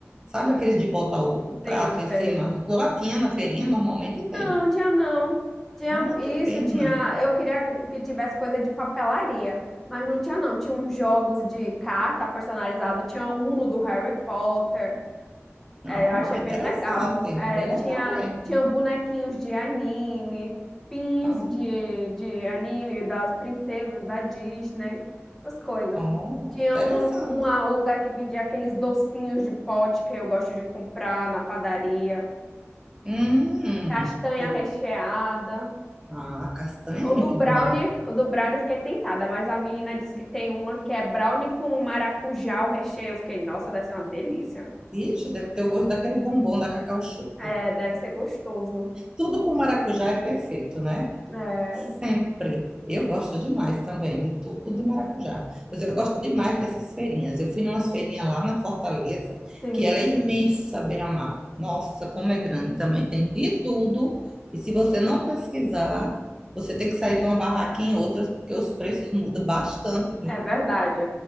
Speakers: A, on the right; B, in the centre.
A: Sabe aqueles
B: sim,
A: de botar o, o prato
B: sim, sei.
A: em cima? Latinha na feirinha normalmente
B: Não,
A: tem.
B: tinha não. Tinha
A: Ah,
B: isso,
A: que pena.
B: tinha. Eu queria que tivesse coisa de papelaria, mas não tinha não. Tinha uns jogos de carta personalizado, tinha um Uno do Harry Potter.
A: Não,
B: É, eu achei
A: interessante,
B: bem legal. É,
A: bem legal
B: tinha,
A: mesmo.
B: tinha bonequinhos de anime, pins
A: Ah.
B: de, de anime das princesas da Disney, essas coisas.
A: Oh,
B: Tinha
A: interessante.
B: um, uma- um lugar que vendia aqueles docinhos de pote que eu gosto de comprar na padaria,
A: Hum,
B: castanha
A: do-
B: recheada.
A: ah, castanha
B: O
A: é
B: do
A: muito
B: brownie,
A: bom.
B: o do brownie eu fiquei tentada, mas a menina disse que tem uma que é brownie com maracujá, o recheio. Eu fiquei, nossa, deve ser uma delícia.
A: Vixe, deve ter o gosto daquele bombom da Cacau Show.
B: É, deve ser gostoso.
A: Tudo com maracujá é perfeito, né?
B: É,
A: Sempre. Eu gosto demais também de tudo de maracujá. Pois eu gosto demais dessas feirinhas. Eu fui numa feirinha lá na Fortaleza,
B: sim.
A: que ela é imensa, à beira-mar. Nossa, como é grande. Também tem de tudo. E se você não pesquisar, você tem que sair de uma barraquinha em outras, porque os preços mudam bastante, viu?
B: É verdade.